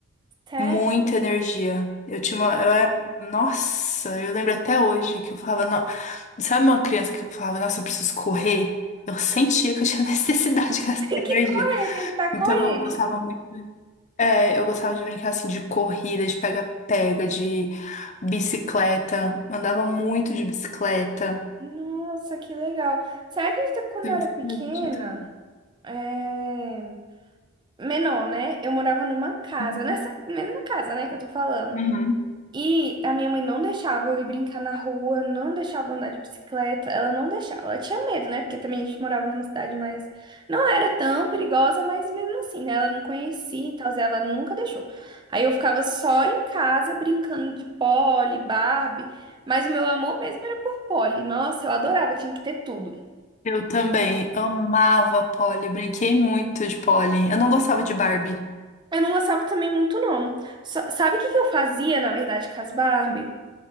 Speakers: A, on the right; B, on the left.
A: Sério?
B: Muita energia. Eu tinha uma, eu era, nossa, eu lembro até hoje que eu falava, "No- sabe uma criança que falava, nossa, eu preciso correr? Eu sentia que eu tinha <laughs> necessidade de gastar
A: <laughs> Tem
B: energia.
A: que correr, tem que estar
B: Então
A: correndo.
B: eu gostava muito, é, eu gostava de brincar assim de corrida, de pega-pega, de bicicleta. Andava muito de bicicleta.
A: Nossa, que legal. Será que isso quando
B: Sempre
A: eu era pequena,
B: fui de-
A: é, menor, né? Eu morava numa casa,
B: tarde.
A: nessa mesma casa, né, que eu tô falando.
B: Uhum.
A: E a minha mãe não deixava eu ir brincar na rua, não deixava eu andar de bicicleta, ela não deixava. Ela tinha medo, né? Porque também a gente morava numa cidade mais. Não era tão perigosa, mas mesmo assim, né? Ela não conhecia e tal, ela nunca deixou. Aí eu ficava só em casa brincando de Polly, Barbie, mas o meu amor mesmo era por Polly. Nossa, eu adorava, tinha que ter tudo.
B: Eu também amava Polly, brinquei muito de Polly. Eu não gostava de Barbie.
A: Eu não gostava também muito, não. Só- Sabe o que que eu fazia, na verdade, com as Barbie?